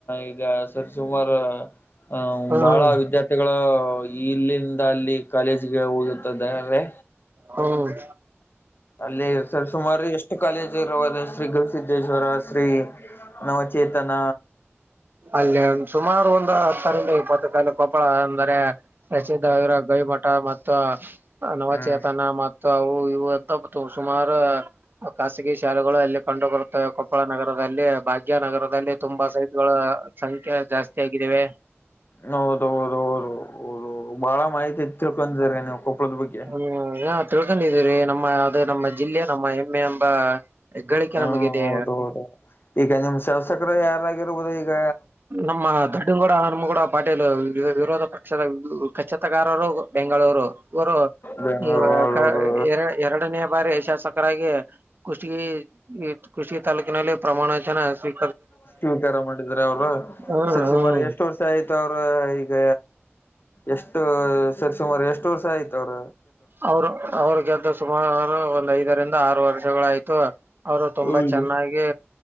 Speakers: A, on the left; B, on the right.
A: ಈಗ ಸರಿಸುಮಾರ ಅ
B: ಹ್ಮ್
A: ಬಹಳ ವಿದ್ಯಾರ್ಥಿಗಳು ಇಲ್ಲಿಂದ ಅಲ್ಲಿ ಕಾಲೇಜ್ಗ ಹೋಗುತ್ತದ್ದಾವೆ.
B: ಹ್ಮ.
A: ಅಲ್ಲಿ ಸರಿ ಸುಮಾರು ಎಷ್ಟು ಕಾಲೇಜ್ ಇರುವದ ಶ್ರೀ ಗರುಸಿದ್ದೇಶ್ವರ ಶ್ರೀ. ನವಚೇತನ.
B: ಅಲ್ಲೇ ಸುಮಾರ ಒಂದ ಹತ್ತರಿಂದ ಇಪ್ಪತ್ತ ತಾಲೂ ಕೊಪ್ಪಳ ಅಂದರೆ ಪ್ರಸಿದ್ಧವಾಗಿರುವ ಗವಿ ಮಠ ಮತ್ತು ನವಚೇತನ
A: ಹ್ಮ್
B: ಮತ್ ತ್ತು ಅವು ಇವು ಅತ್ತು ಸುಮಾರ ಖಾಸಗಿ ಶಾಲೆಗಳು ಅಲ್ಲಿ ಕಂಡು ಬರುತ್ತವೆ ಕೊಪ್ಪಳ ನಗರದಲ್ಲಿ ಭಾಗ್ಯ ನಗರ. ಅಲ್ಲಿ ತುಂಬಾ ಸೈಟಗಳ ಸಂಖ್ಯೆ ಜಾಸ್ತಿ ಆಗಿದವೆ.
A: ಹೌದ ಹೌದು ಹೌದು ಓದು ಓ ಬಾಳ ಮಾಹಿತಿ ತಿಳ್ಕೊಕೊಂಡಿರಿ ನೀವ. ಕೊಪ್ಪದ ಬಗ್ಗೆ
B: ಹ್ಮ ನ ತಿಳ್ಕೊಂಡಿದೀರಿ ನಮ್ಮ ಅದೇ ನಮ್ಮ ಜಿಲ್ಲೆ ನಮ್ಮ ಹೆಮ್ಮೆ ಎಂಬ. ಹೆಗ್ಗಳಿಕೆ
A: ಹ
B: ನಮಗಿದೆ
A: ಹೌದ ಹೌದು ಈಗ ನಿಮ್ಮ ಶಾಸಕರು ಯಾರಾಗಿರ್ಬೋದು ಈಗ.
B: ನಮ್ಮ ದೊಡ್ಡನ ಗೌಡ ಹಣಮ ಗೌಡ ಪಾಟೀಲ್ ವಿರೋಧ ಪಕ್ಷದ ಕಚತಗಾರರು. ಬೆಂಗಳೂರು ವರು
A: ಬೆಂಗಳೂರು
B: ಇ ಕ ಯ ಎರಡನೇ ಬಾರಿ ಶಾಸ ಕರಗಿ ಕುಷ್ಟಗಿ ಕೃಷಿ ತಾಲೂಕಿನಲ್ಲಿ ಪ್ರಮಾಣ ವಚನ ಸ್ವೀ
A: ಷ್ಟು ಉದ್ದಾರ ಮಾಡಿದರ ಅವ್ರು
B: ಹ್ಮ್
A: ಸ
B: ಹ್ಮ್
A: ಸುಮಾರು ಎಷ್ಟ ವರ್ಷ ಆಯ್ತು ಅವ್ರ ಈಗ ಎಷ್ಟು. ಸರಿ ಸುಮಾರು ಎಷ್ಟು ವರ್ಷ ಆಯತ ಅವ್ರ.
B: ಅವರ ಅವ್ರ ಗೆದ್ದ ಸುಮಾರು ಒಂದ ಐದರಿಂದ ಆರು ವರ್ಷಗಳ ಅಯ್ತು. ಅವರು ತುಂಬಾ
A: ಹೌದು
B: ಚೆನ್ನಾಗಿ.